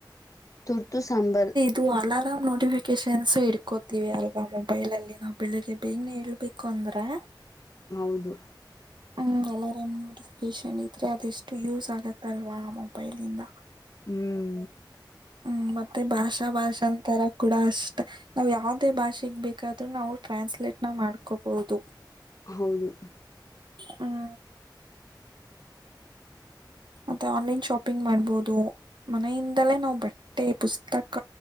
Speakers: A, on the left (about 45°); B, on the right (about 70°).
A: ತುರ್ತು ಸಂದರ್
B: ದು ಅಲಾರಾಂ ನೋಟಿಫಿಕೇಶ ಟ್ರೆಂಡಸ ಇಡ್ಕೋತಿವಿ ಅಲ್ವಾ ಮೊಬೈಲ ಅಲ್ಲಿ ನಾವು ಬೆಳಿಗ್ಗೆ ಬೇಗನೆ ಏಳ್ಬೇಕು ಅಂದ್ರೆ
A: ಹೌದು
B: ಹ್ಮ್ ಅಲರಾಮ್ ನೋಡ ಷನ್ ಇದ್ರೆ ಅದೆಷ್ಟು ಯೂಸ್ ಆಗತ್ತಲ್ವಾ ಮೊಬೈಲ್ ಇಂದ
A: ಹ್ಮ್
B: ಹ್ಮ್ ಮತ್ತೆ ಭಾಷಾ ಭಾಷಾ ಅಂತರ ಕೂಡ ಅಷ್ಟೆ ನಾವ್ ಯಾವದೇ ಭಾಷೆಗ್ ಬೇಕಾದ್ರೂ ನಾವು ಟ್ರಾನ್ಸ್ಲೇಟ್ ನ ಮಾಡ್ಕೋಬಹುದು
A: ಹೌದು
B: ಹ ಮತ್ತೆ ಆನ್ಲೈನ್ ಶಾಪಿಂಗ್ ಮಾಡ್ಬೋದು ಮನೆಯಿಂದಲೇ ನಾವ್ ಬಟ್ ಮ ಪುಸ್ತಕ